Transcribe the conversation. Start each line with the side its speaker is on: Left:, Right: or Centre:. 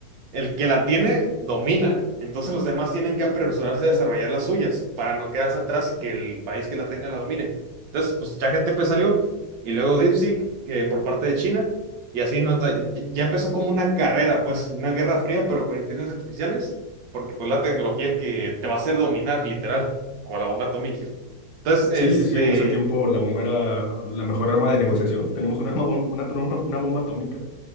Right: el que la tiene domina, entonces los demás tienen que apresurarse a desarrollar las suyas para no quedarse atrás y que el país que la tenga la domine. Entonces, pues ChatGPT salió y luego DeepSeek, que por parte de China, y así no, Enta- ya empezó como una carrera, pues una guerra fría, pero con inteligencias artificiales, porque pues la tecnología que te va a hacer dominar, literal, como la bomba atómica. Entonces, este...
Left: Sí, sí, en ese tiempo la bomba era la mejor arma de negociación. Tenemos un arma, bom- una, tro- una bomba atómica.